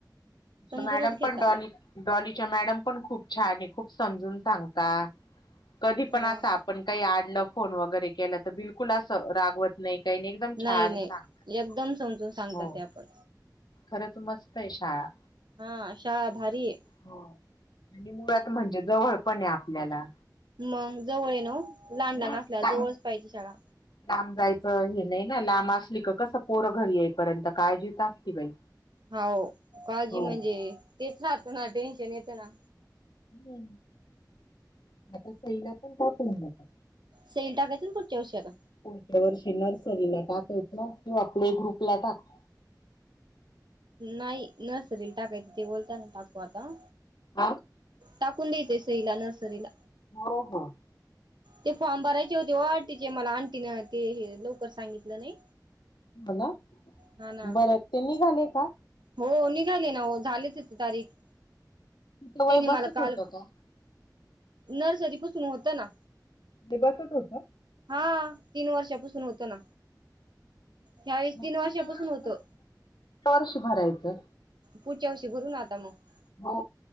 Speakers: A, on the right (about 85°); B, on the left (about 80°).
A: समजूनच
B: मॅडम
A: घेता.
B: पण डॉली डॉलीच्या मॅडम पण खूप छान आहे खूप समजून सांगता. कधी
A: हा
B: पण आ ताप पण काही आडलं फोन वगैरे केलं त बिलकुल असं रागवत नाही काही नाही. एकदम
A: नाही
B: छान
A: नाही
B: सांगता
A: एकदम समजून सांगतात
B: हो
A: त्या पण.
B: खरंच मस्त आहे शाळा.
A: हा शाळा भारी ये.
B: हो आणि मुळात म्हणजे जवळ पण आहे आपल्याला.
A: मग जवळ ये ना वो लहान
B: हम्म,
A: लहान असल्या
B: लांब
A: जवळच पाहिजे शाळा.
B: लांब जायचं हे नाही ना लांब असली का कसं पोरं घरी येईपर्यंत काळजीच असती बाई.
A: हो काळजी
B: हो
A: म्हणजे तेच राहतं ना टेन्शन येतं ना.
B: हम् आता सईला पण टाकूनगेला.
A: सेईला टाकायच ना पुढच्या वर्षी आता.
B: पुढच्या वर्षी नर्सरीला टाकायच किंवा पल्ये ग्रुपला टाक.
A: नाही नर्सरीला टाकायच ते बोलतात टाकू आता.
B: हां..
A: टाकून देयाचं सईला नर्सरीला.
B: हो हो..
A: ते फॉर्म भरायचे होते व आंटीचे मला अंटीन ते लवकर सांगितलं नाही.
B: हो ना
A: हा ना...
B: बरं ते निघाले का
A: हो निघाली ना ओ झाली फिक्स तारीख.
B: तिचं
A: त्यांनी
B: वय बसत
A: मला काल
B: होतं का
A: नर्सरी पुसून होत ना.
B: ते बसत होत.
A: हा, तीन वर्षापासून होतं ना. ह्यावेळेस
B: मग
A: तीन
B: पुढच्या
A: वर्षापासून
B: वर्ष
A: होतं
B: वर्ष भरायचं.
A: पुढच्या वर्षी भरू ना आता मग
B: हो,